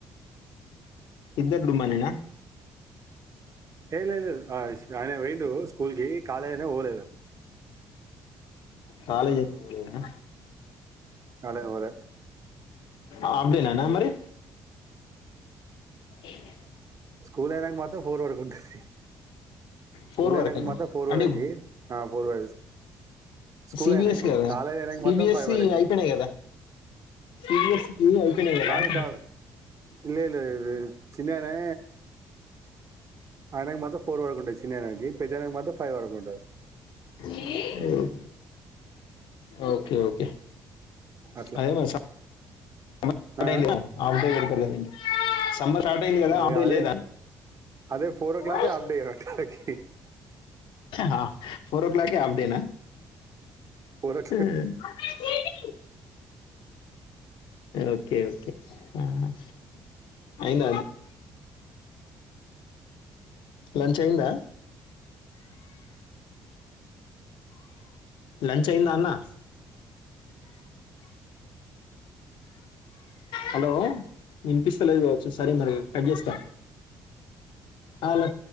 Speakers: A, on the left (about 70°); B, on the right (about 40°).
A: ఇద్దర్ డుమ్మానేనా
B: ఏ లేలేదు ఆయన పొయిండు స్కూల్కి కాలేజనే పోలేదు
A: కాలేదైతే పోలేదనా
B: అరె ఒరే
A: ఆఫ్ డే నా మరి ఏమో
B: స్కూల్ అయినాక మాత్రం ఫోర్ వరక్ ఉంటది. స్కూల్
A: ఫోర్
B: అయినాక
A: వరకు
B: మాత్రం ఫోర్
A: అంటే
B: వరకి ఆ ఫోర్ వర స్కూల్
A: సిబిఎస్
B: అయినాక
A: కదా
B: కాలేజ్ అయినాక
A: సిబిఎస్సి
B: మాత్రం ఫైవ్ వరకి
A: అయిపోయినాయి కదా సిబిఎస్సికి అయిపోయినాయి కదా
B: కాదు
A: అంటున్నా.
B: కాదు ఇల్ల్ ఇల్ల్ చిన్ననా ఆడేక మా ఫోర్ర్ కుఉంట చిన్ననికి పెద్దానికి మాత్రం ఫైవ్ వరకు ఉంటదు
A: ఉమ్ ఓకే ఓకే
B: అట్లా
A: అదే మ ప
B: ఆ
A: ఆరుకె పెడ్తరు కదా ఇంకా సంబధ స్టార్ట్ అయి కదా అంటే
B: ఏ అదే
A: లేదా
B: అదే ఫోర్ ఓ క్లాకే
A: ఓయ్
B: హాఫ్ డే అట వాళ్ళకి
A: హా ఫోర్ ఓ క్లాకే అఫడేనా హా
B: ఫోర్ ఓ క్లాక్
A: ఉమ్ అమ్మ చీటింగ్ ఓకే ఓకే ఆ అయింద లంచ అయిందా లంచ అయిందా అనా హలో వినిపిస్తలేదు కావచ్చు సరే మరి కట్ చేస్తా హలో